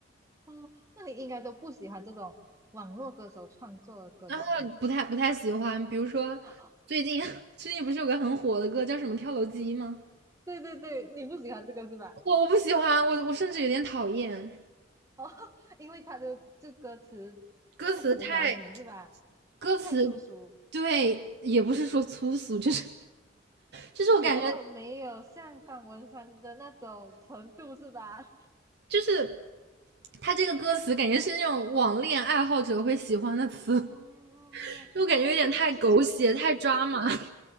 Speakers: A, on the right; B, on the right.
A: 哦，那你应该都不喜欢这种网络歌手创作的歌吧？
B: <laughs> 不太不太喜欢。比如说最近
A: <laughs>
B: <laughs> 最近不是有个很火的歌叫什么《跳楼机》吗？
A: 对对对，你不喜欢这个是吧？
B: 我我不喜欢，我我甚至有点讨厌
A: 哦，<laughs> 因为他的这歌词不符合你是吧？
B: 歌词太歌词，
A: 太粗俗，
B: 对，也不是说粗俗，就是就是我感觉
A: 比较没有像方文山的那种程度是吧？
B: 就是他这个歌词感觉是那种网恋爱好者会喜欢的词。
A: <laughs> 哦，
B: 就感觉有点太狗血、
A: 诶，其实 <laughs>
B: 太抓马